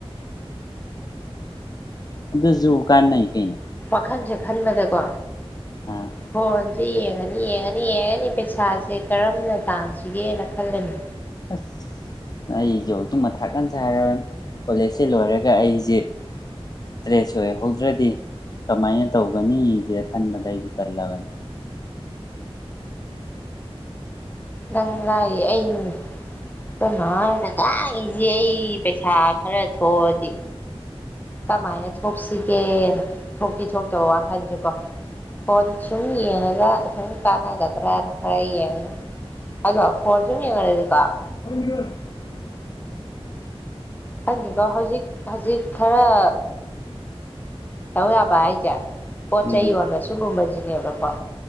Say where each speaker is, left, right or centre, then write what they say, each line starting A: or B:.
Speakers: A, on the left; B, on the left.
A: ꯑꯗꯨꯁꯨ ꯀꯥꯟꯅꯩ ꯀꯩꯅꯣ
B: ꯋꯥꯈꯟꯁꯦ ꯈꯟꯕꯗꯀꯣ
A: ꯑꯥ
B: ꯐꯣꯟ ꯁꯤ ꯌꯦꯡꯉꯅꯤ ꯌꯦꯡꯉꯅꯤ ꯌꯦꯡꯉꯅꯤ ꯄꯩꯁꯥꯁꯦ ꯀꯔꯝꯅ ꯇꯥꯟꯁꯤꯒꯦꯅ ꯈꯜꯂꯅꯤ
A: ꯑꯁ ꯑꯩꯁꯦ ꯍꯧꯖꯤꯛ ꯃꯊꯥ ꯀꯟ ꯁꯥꯔꯕꯅꯤ ꯀꯣꯂꯦꯖꯁꯤ ꯂꯣꯏꯔꯒ ꯑꯩꯁꯦ ꯇ꯭ꯔꯦꯠꯁꯦ ꯑꯣꯏꯍꯧꯗ꯭ꯔꯗꯤ ꯀꯃꯥꯏꯅ ꯇꯧꯒꯅꯤꯁꯦ ꯈꯟꯕꯗ ꯑꯩꯁꯨ ꯇꯜꯂꯕꯅꯤ꯫
B: ꯅꯪ ꯂꯥꯏꯔꯤ ꯑꯩꯅꯤ <unintelligible> <unintelligible> ꯑꯩ ꯄꯩꯁꯥ ꯈꯔ ꯊꯣꯛꯑꯗꯤ ꯀꯃꯥꯏꯅ ꯊꯣꯛꯁꯤꯒꯦꯅ ꯊꯣꯛꯇꯤ ꯊꯣꯛꯇꯕ ꯋꯥꯈꯟꯁꯦꯀꯣ꯫ ꯍ ꯁꯨꯝ ꯌꯦꯡꯉꯒ ꯁꯨꯝ ꯀꯥꯟꯅꯒꯗ꯭ꯔꯅ ꯈꯔ ꯌꯦꯡꯉ <unintelligible> ꯀꯥꯞ
A: <unintelligible>
B: ꯍꯪꯒꯤ ꯀꯣ ꯍꯣꯖꯤ ꯍꯧꯖꯤꯛ ꯈꯔ ꯇꯧ ꯌꯥꯕ ꯍꯥꯏꯖ ꯄꯆꯥꯏ
A: ꯎꯝ
B: ꯋꯥꯅ ꯁꯨꯡꯒꯨꯝꯕꯥ ꯁꯤꯖꯤꯅꯦꯕꯀꯣ